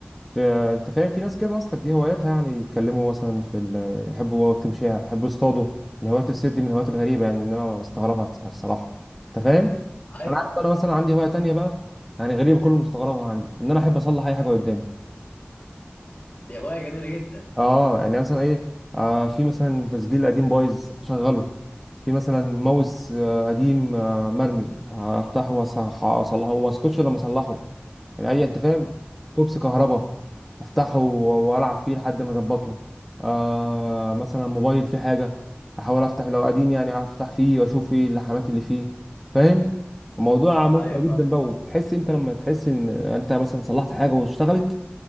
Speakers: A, in the centre; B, on the left (about 40°).
A: في انت فاهم في ناس كده اصلك دي هواياتها يعني يتكلموا مثلا في ال... يحبوا يكتبوا شعر يحبوا يصطادوا ان هواية الصيد دي من الهوايات الغريبة يعني ان انا بستغربها الص- الصراحة انت فاهم
B: ايوه
A: انا عارف انا مثلا عندي هواية تانية بقى يعني غريبة كل مستغربها عندي ان انا احب اصلح اي حاجة قدامي
B: دي هوايه جميله جدا
A: اه يعني مثلا ايه آه في مثلا تسجيل قديم بايظ شغله في مثلا ماوس آه قديم آه مرمي هفتحه وأصح- واصلحه وما اسكتش لما اصلحه يعني اي انت فاهم كوبس كهرباء افتحه و- والعب فيه لحد ما اظبطه آه مثلا موبايل فيه حاجه احاول افتح لو قديم يعني افتح فيه واشوف ايه اللحمات اللي فيه فاهم الموضوع ممتع
B: ايوه
A: جدا
B: فاهم
A: بقى وبتحس انت لما تحس ان انت مثلا صلحت حاجه واشتغلت